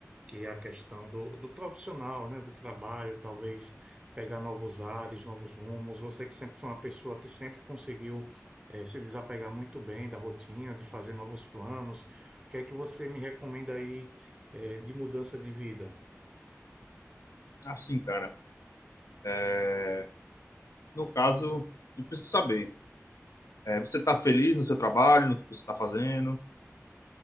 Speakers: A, on the right; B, on the left.
A: Que é a questão do, do profissional, né? Do trabalho, talvez pegar novos ares, novos rumos. Você que sempre foi uma pessoa que sempre conseguiu, eh, se desapegar muito bem da rotina, de fazer novos planos. O que é que você me recomenda aí, eh, de mudança de vida?
B: Assim, cara, é, no caso, eu preciso saber, é, você está feliz no seu trabalho, no que você está fazendo?